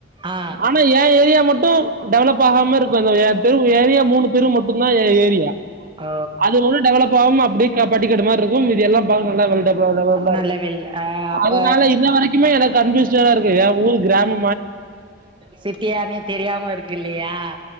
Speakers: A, on the right (about 25°); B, on the right (about 45°).
A: ஆ
B: ஆனா ஏ ஏரியா மட்டு டெவலப் ஆகாம இருக்கு அந்தோ ஏ தெரு ஏரியா மூணு தெரு மட்டுந்தா ஏ ஏரியா
A: ஓ
B: அது உள் டெவலெப் ஆவாம அப்டியே க பட்டிக்காடு மார்ரிக்கு மீதி எல்லா பாக் நல்லா வெல்டெப்ளா டெவலெப்டா
A: நல்ல
B: இருக்கு
A: வேல் ஆ அப்ப
B: அதனால இன்ன வரைக் இன்னு எனக் கன்ஃப்யூஸ்டாதா இருக்கு ஏ ஊரு கிராம்
A: சிட்டியானே தெரியாம இருக்கு இல்லையா